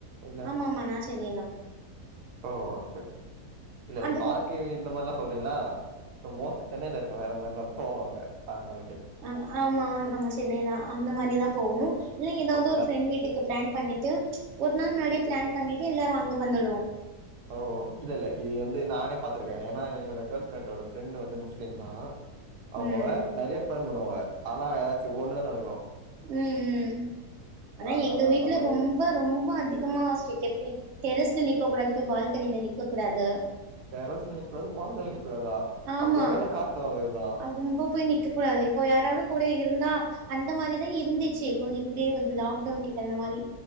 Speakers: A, on the right; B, on the right.
A: இல்ல
B: ஆமா ஆமா நா சென்னைதான்
A: ஓ ஓகே ஓகே இல்ல
B: அதுக்கப்
A: பார்கு இந்த மாதிரிலல்லாம் சொல்றீங்களா மோஸ்ட்டா சென்னையில இருக்க வேற மாதிரிலாம் போங்க அதுல
B: ஆ ஆமா நம்ம சென்னைதான் அந்த மாதிரிதான் போவோம் இல்லை ஏதாவது
A: ஓ நெறைய
B: ஒரு ஃப்ரெண்ட் வீட்டுக்கு பிளான் பண்ணிட்டு ஒரு நாள் முன்னாடியே பிளான் பண்ணிட்டு எல்லாரும் அங்க வந்துடுவோம்
A: ஓ இல்லல்ல இது வந்து நானே பாத்துருக்கேன் ஏன்னா என்னோட கேர்ள் ஃப்ரெண்ட் ஃப்ரெண்டோட வந்து சேம் தான் அவங்க
B: ம்
A: நிறைய பண்ணுவாங்க ஆனா ஏதாச்சும் ஒண்ணுதான் நடக்கும்
B: உம் உம் ஆனா
A: அதனால
B: எங்க வீட்டுல
A: அந்த மாரி
B: ரொம்ப
A: இருக்கு
B: ரொம்ப அதிகமா ஸ்டிரிக்ட் இருக்கு எப்படி டெரஸ்ல நிக்க நிற்கக்க கூடாது போய் பால்கனில நிற்க கூடாது
A: டெரஸ்ல நிற்க கூடாது பால்கனிக்கக் கூடாதா
B: ஆமா
A: அப்ப எங்கதா காத்து வாங்குறதா
B: ரொம்ப போய் நிக்க கூடாது இப்போ யாராவது கூட இருந்தா அந்த மாதிரிதான் இருந்துச்சு இருக்கும் எப்படி வந்து லாக்டவுன் கிட்ட இந்த மாதிரி